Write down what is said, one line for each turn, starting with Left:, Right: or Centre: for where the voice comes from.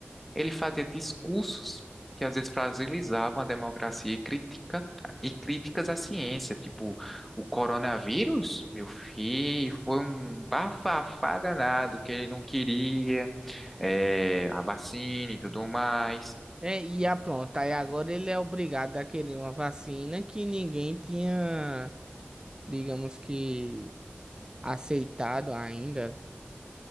Centre: Ele fazia discursos que às vezes fragilizavam a democracia e crítica, e críticas à ciência, tipo, o coronavírus, meu filho, foi um bafafá danado que ele não queria é, a vacina e tudo mais.
Right: É, e ah, pronto, aí agora ele é obrigado a querer uma vacina que ninguém tinha, digamos que, aceitado ainda.